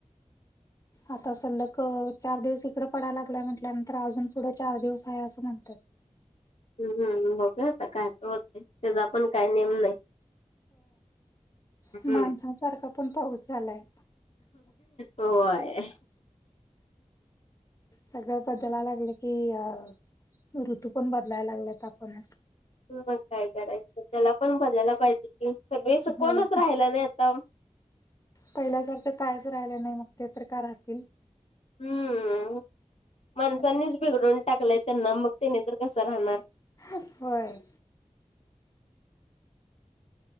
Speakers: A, on the left; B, on the left.
A: आता सलग चार दिवस इकडं पडायला लागलाय म्हटल्यानंतर अजून पुढं चार दिवस आहे असं म्हणतात.
B: हम्म बघू आता काय तर होते त्याचा पण काय नेम नाही. हम्म
A: मज. पण पाऊस झालाय.
B: होय.
A: सगळं बदलायला लागले की अ ऋतू पण बदलायला लागलेत आपणच
B: मग काय करायचं त्याला पण बजायला पाहिजे कि सगळे कोणच
A: होय
B: राहिलं नाही आता.
A: पहिल्यासारखं कायच राहिलं नाही मग ते तर का राहतील.
B: हम्म माणसांनीच बिघडून टाकलंय त्यांना मग त्याने तर कसं राहणार
A: होय.